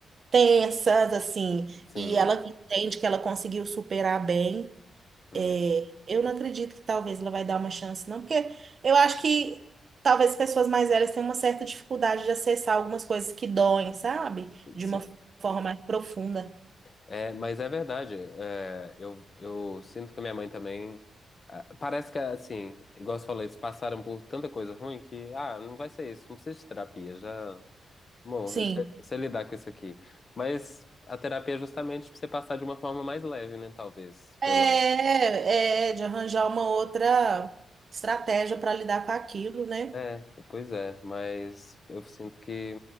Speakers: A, on the right (about 45°); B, on the left (about 40°).
A: tensas, assim,
B: sim.
A: e ela entende que ela conseguiu superar bem.
B: Hum,
A: É, eu não acredito que talvez ela vai dar uma chance, não, porque eu acho que talvez as pessoas mais velhas tenham uma certa dificuldade de acessar algumas coisas que doem, sabe? De
B: sim.
A: uma forma mais profunda.
B: É, mas é verdade. É, eu, eu sinto que a minha mãe também. ah, Parece que, assim, igual você falou, eles passaram por tanta coisa ruim que, ah, não vai ser isso, não precisa de terapia, já. Bom,
A: Sim.
B: eu sei, eu sei lidar com isso aqui. Mas a terapia é justamente pra você passar de uma forma mais leve, né? Talvez.
A: É,
B: Pela...
A: é é de arranjar uma outra estratégia para lidar com aquilo, né?
B: É, pois é. Mas eu sinto que